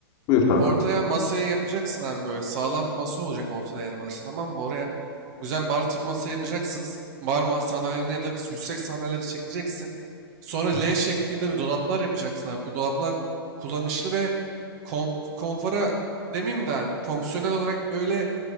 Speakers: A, on the left; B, on the right.
A: buyur kankam.
B: Ortaya masayı yapacaksın abi böyle sağlam bir masa olacak ortada yer varsa tamam mı? Oraya güzel bar tipi masa yapacaksın. S- Bar ma- sandalyelerini ya da yüksek sandalyeleri çekeceksin. Sonra
A: Hı hı.
B: L şeklinde bir dolaplar yapacaksın abi. Bu dolaplar kullanışlı ve konf konfora demeyeyim de abi fonksiyonel olarak böyle